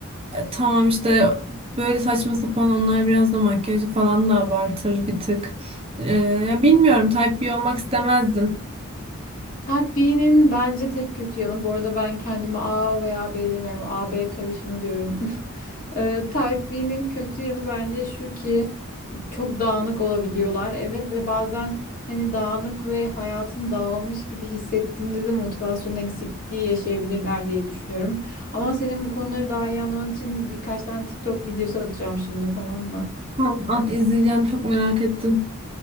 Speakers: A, on the right; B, on the left.
A: E, Tamam işte böyle saçma sapan onlar biraz da makyajı falan da abartır bir tık. E, ya bilmiyorum Type B olmak istemezdim.
B: Kalp B'nin bence tek kötü yanı. Bu arada ben kendime A veya B demiyorum. A-B karışımı diyorum. <laughs> Ee, Type B'nin kötü yanı bence şu ki çok dağınık olabiliyorlar. Evet ve bazen hani dağınık ve hayatın dağılmış gibi hissettiğinde de motivasyon eksikliği yaşayabilirler diye düşünüyorum. Ama senin bu konuları daha iyi anlaman için birkaç tane TikTok videosu atacağım şimdi tamam mı?
A: Tamam, At izleyeceğim çok merak ettim.